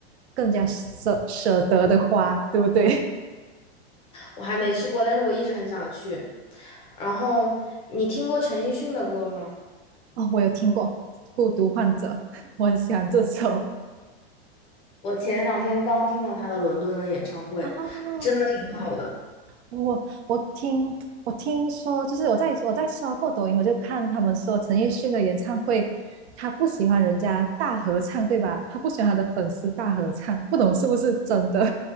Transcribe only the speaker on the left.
我还没去过，但是我一直很想去。然后你听过陈奕迅的歌吗？
我前两天刚听了他的伦敦的演唱会，
真的挺好的。